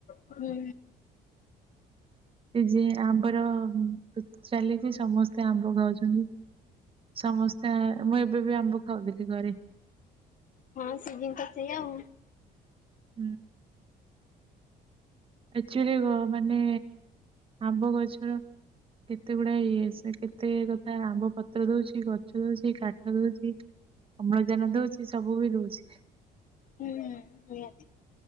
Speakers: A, on the left (about 50°); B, on the right (about 30°).
A: ହୁଁ
B: ସେ ଯିଏ ଆମ୍ବର ଚାଲିଚି ସମସ୍ତେ ଆମ୍ବ ଖାଉଛନ୍ତି। ସମସ୍ତେ ମୁଁ ଏବେ ବି ଆମ୍ବ ଖାଉଥିଲି ଘରେ।
A: ହଁ ସିଜିନ ତ ସେଇଆ ଆଉ
B: ହୁଁ। ଆଚୁଆଲି ମାନେ ଆମ୍ବ ଗଛର କେତେ ଗୁଡା ଇଏ ସେ କେତେ କଥା ଆମ୍ବ ପତ୍ର ଦଉଛି। କଛ ଦଉଛି କାଠ ଦଉଛି ଅମ୍ଳଜାନ ଦଉଛି ସବୁ ବି ଦଉଛି।
A: ହୁଁ ନିହାତି।